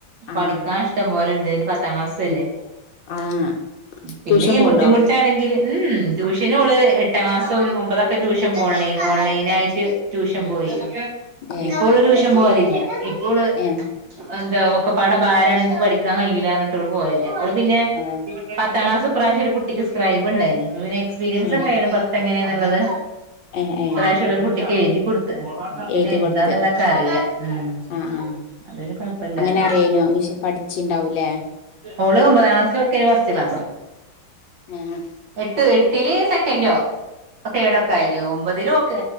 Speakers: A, on the left (about 70°); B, on the right (about 70°).
A: ആഹ്
B: പഠിക്കാൻ ഇഷ്ടം പോലെ ഉണ്ട് അതിന് പത്താം ക്ലാസ്സ് അല്ലേ
A: ഉം ആഹ്
B: പിന്നെ
A: ട്യൂഷൻ
B: ഞാൻ
A: പോണ്ടോ
B: ബുദ്ധിമുട്ടാണെങ്കിൽ ഉം ട്യൂഷന് ഓള് എട്ടാം ക്ലാസ് ഒൻപതൊക്കെ ട്യൂഷൻ പോണില്ല ഓൺലൈൻ ആയിട്ട് ട്യൂഷൻ പോയിരുന്നു
A: ഏഹ്
B: ഇപ്പോള് ഒരു വർഷം പോവലില്ല ഇപ്പോള്
A: ഏഹ്
B: എന്താ ഒക്കപ്പാടെ ഭാരമാണെനിക്ക് പഠിക്കാൻ കഴിയില്ല എന്നിട്ട് ഓള് പോയല്ലേ ഓള് പിന്നെ
A: അതാണ്
B: പത്താം ക്ലാസ് ഇപ്രാവശ്യം ഒരു കുട്ടിക്ക് സ്ക്രൈബ് ഉണ്ടായിന് അത് പിന്നെ എക്സ്പീരിയൻസ്
A: ഏഹ്
B: ഒക്കെയാണ് പത്ത് എങ്ങനെയാന്നുള്ളത്
A: ഏഹ് ഏഹ്
B: ഈപ്രാവിശ്യം ഉള്ളരു കുട്ടിക്കെ എ പിന്നെ
A: എഴുതി
B: എന്താന്നുള്ളതെക്കെ
A: കൊടുത്ത്
B: അറിയാം ഉം
A: ആഹ് ആഹ്
B: അത് പിന്നെ കൊഴപ്പല്ലാറിയ
A: അങ്ങനെ അറിയാനോ വി പഠിച്ചിണ്ടാവൂലേ
B: ഓള് ഒമ്പതാം ക്ലാസ്സിലാക്കെ ഫസ്റ്റ് ക്ലാസ്
A: ആഹ്
B: എട്ട് എട്ടില് സെക്കൻോ തേർഡ് ഒക്കെ ആയിന് ഒമ്പതിലും ഒക്കെ